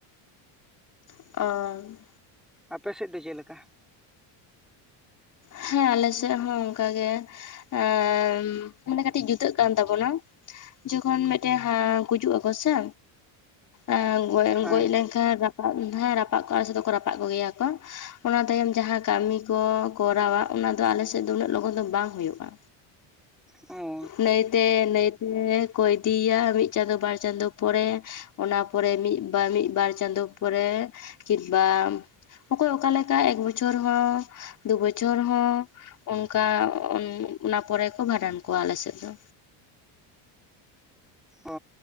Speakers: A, on the left; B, in the centre.
A: ᱚ᱾
B: ᱟᱯᱮ ᱥᱮᱫ ᱫᱚ ᱪᱮᱫ ᱞᱮᱠᱟ?
A: ᱦᱮᱸ ᱟᱞᱮ ᱥᱮᱫ ᱦᱚᱸ ᱚᱱᱠᱟᱜᱮ ᱮᱸ- ᱢᱟᱱᱮ ᱠᱟᱹᱴᱤᱡ ᱡᱩᱫᱟᱹᱜ ᱠᱟᱱ ᱛᱟᱵᱚᱱᱟ᱾ ᱡᱚᱠᱷᱚᱱ ᱢᱤᱫᱴᱮᱱ ᱦᱮᱸ ᱜᱩᱡᱩᱜ-ᱟ ᱠᱚ ᱥᱮ ᱮᱸ ᱜᱚᱡ
B: ᱦᱮᱸ
A: ᱜᱚᱡ ᱞᱮᱱ ᱠᱷᱟᱱ ᱨᱟᱯᱟᱜ ᱦᱟᱸ ᱨᱟᱯᱟᱜ ᱠᱚ ᱟᱞᱮ ᱥᱮᱫ ᱫᱚ ᱠᱚ ᱨᱟᱯᱟᱜ ᱠᱚᱜᱮᱭᱟ ᱠᱚ᱾ ᱚᱱᱟ ᱛᱟᱭᱚᱢ ᱡᱟᱦᱟᱸ ᱠᱟᱹᱢᱤ ᱠᱚ ᱠᱚᱨᱟᱣᱟ ᱚᱱᱟ ᱫᱚ ᱟᱞᱮ ᱥᱮᱫ ᱫᱚ ᱩᱱᱟᱹᱜ ᱞᱚᱜᱚᱱ ᱫᱚ ᱵᱟᱝ ᱦᱩᱭᱩᱜᱼᱟ᱾
B: ᱚ᱾
A: ᱱᱟᱹᱭᱛᱮ ᱱᱟᱹᱭᱛᱮ ᱠᱚ ᱤᱫᱤᱭᱮᱭᱟ ᱢᱤᱫ ᱪᱟᱸᱫᱚ ᱵᱟᱨ ᱪᱟᱸᱫᱚ ᱯᱚᱨᱮ ᱚᱱᱟ ᱯᱚᱨᱮ ᱢᱤᱫ ᱵᱟᱨ ᱢᱤᱫ ᱵᱟᱨ ᱪᱟᱸᱫᱳ ᱯᱚᱨᱮ ᱠᱤᱱᱵᱟ ᱚᱠᱚᱭ ᱚᱠᱟ ᱞᱮᱠᱟ ᱮᱠ ᱵᱚᱪᱷᱚᱨ ᱦᱚᱸ ᱫᱩ ᱵᱚᱪᱷᱚᱨ ᱦᱚᱸ ᱚᱱᱠᱟ ᱚᱸ ᱚᱱᱟ ᱯᱚᱨᱮ ᱠᱚ ᱵᱷᱟᱸᱰᱟᱱ ᱠᱚᱣᱟ ᱟᱞᱮ ᱥᱮᱫ ᱫᱚ᱾
B: ᱚ